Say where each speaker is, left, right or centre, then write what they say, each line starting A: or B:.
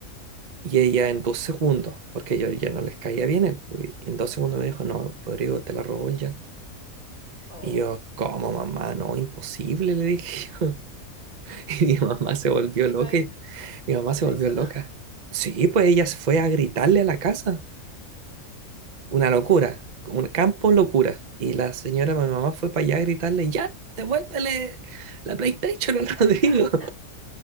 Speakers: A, on the right; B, on the right.
A: Y ella en dos segundos, porque yo ya no les caía bien, él, pues, y en dos segundos me dijo, no, Rodrigo, te la robó el Jan.
B: Oh.
A: Y yo, ¿cómo mamá? No, imposible, le dije yo. <laughs> Y mi mamá se volvió
B: ¿Y
A: loca.
B: no, hi-
A: y- Mi mamá
B: y
A: se
B: no
A: volvió
B: hizo
A: loca.
B: nada?
A: Sí, pues ella se fue a gritarle a la casa. Una
B: ¿Y qué
A: locura,
B: hicieron?
A: un campo locura. Y la señora, mi mamá, fue para allá a gritarle, ya, devuélvele la PlayStation al Rodrigo.
B: <laughs>